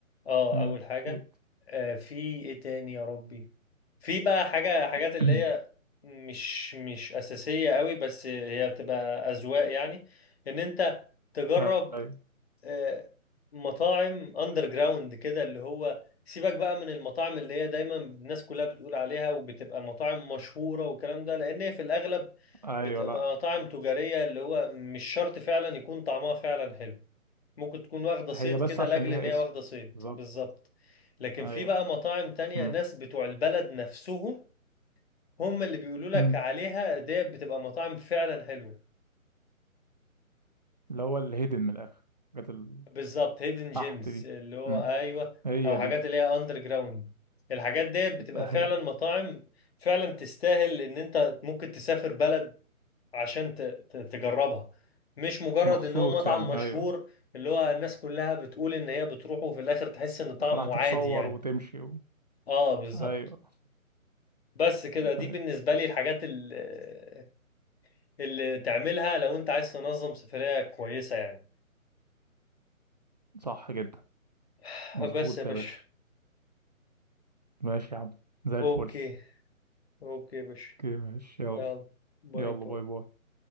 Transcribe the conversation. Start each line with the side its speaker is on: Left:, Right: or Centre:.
Left: اه
Right: امم
Left: اول حاجه
Right: اكيد
Left: آه في ايه تاني يا ربي في بقى حاجه حاجات
Right: <clears throat>
Left: اللي هي مش مش اساسيه قوي بس هي بتبقى اذواق يعني ان انت تجرب
Right: ايوه
Left: آه مطاعم اندر جراوند كده اللي هو سيبك بقى من المطاعم اللي هي دايما الناس كلها بتقول عليها وبتبقى مطاعم مشهوره والكلام ده لان هي في الاغلب
Right: ايوه
Left: بتبقى
Right: لا
Left: مطاعم تجاريه اللي هو مش شرط فعلا يكون طعمها فعلا حلو ممكن تكون واخدة صيت
Right: هي بس
Left: كده
Right: عشان
Left: لاجل
Right: ليها
Left: ان هي
Right: اسم
Left: واخدة صيت
Right: بالظبط
Left: بالظبط لكن
Right: ايوه
Left: في بقى مطاعم تانية
Right: امم
Left: ناس بتوع البلد نفسهم هم اللي بيقولوا لك
Right: امم
Left: عليها ديت بتبقى مطاعم فعلا حلوة
Right: اللي هو الهيدن من الاخر الحاجات اللي
Left: بالظبط هيدن جيمز
Right: تحت دي
Left: اللي هو
Right: امم
Left: ايوه
Right: هي
Left: او حاجات
Right: دي
Left: اللي هي اندر جراوند الحاجات ديت بتبقى
Right: ايوه
Left: فعلا مطاعم فعلا تستاهل ان انت ممكن تسافر بلد عشان ت- ت- تجربها مش مجرد
Right: مخصوص
Left: ان هو مطعم
Right: يعني
Left: مشهور
Right: ايوه
Left: اللي هو الناس كلها بتقول ان هي بتروحه وفي الاخر تحس ان طعمه
Right: راح تتصور
Left: عادي يعني
Right: وتمشي و...
Left: اه بالظبط
Right: ايوه
Left: بس كده دي
Right: ايوه
Left: بالنسبة لي الحاجات اللي, اللي تعملها لو انت عايز تنظم سفرية كويسة يعني
Right: صح جدا
Left: <sighs>
Right: مظبوط
Left: بس يا باشا
Right: يا باشا ماشي يا عم زي الفل
Left: اوكي اوكي يا باشا
Right: كده ماشي يلا
Left: يلا باي
Right: يلا
Left: باي
Right: باي باي